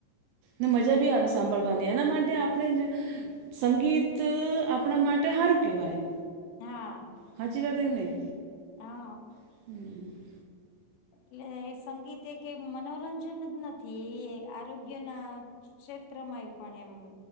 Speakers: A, on the right; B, on the left.
A: ને મજા બી આવે સાંભળવાની એના માટે આપણે સંગીત આપણા માટે સારું કેવાય.
B: હા.
A: હાચ વા ત નહી.
B: હા.
A: હમ
B: એટલે સંગીત એ કે મનોરંજન જ નથી. થી આરોગ્ય ના ક્ષેત્રમાં એ પણ એમ